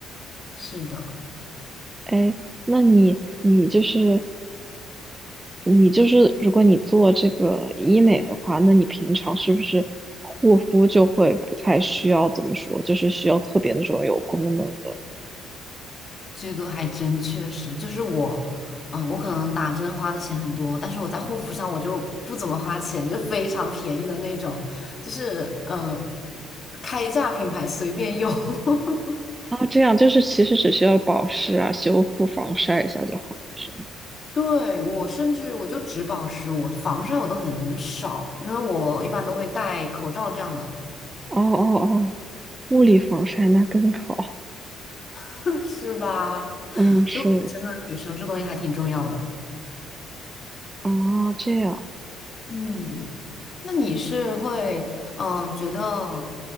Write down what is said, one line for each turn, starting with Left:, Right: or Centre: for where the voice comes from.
Left: <laughs> 是的。
Right: 哎，那你你就是你就是如果你做这个医美的话，那你平常是不是护肤就会不太需要怎么说，就是需要特别那种有功能的
Left: 这个还真确实，就是我，嗯、我可能打针花的钱很多，但是我在护肤上我就不怎么花钱，就非常便宜的那种，就是嗯，开价品牌随便用。<laughs>
Right: 啊？这样就是其实只需要保湿啊、修复、防晒一下就好，是吗？
Left: 对，我甚至我就只保湿，我防晒我都很少，因为我一般都会戴口罩这样的，
Right: 哦哦哦，物理防晒那更好。
Left: <laughs> 是吧？
Right: 嗯，是
Left: 所以我觉得真的女生这东西还挺重要的。
Right: 哦，这样
Left: 嗯，那你是会嗯、呃觉得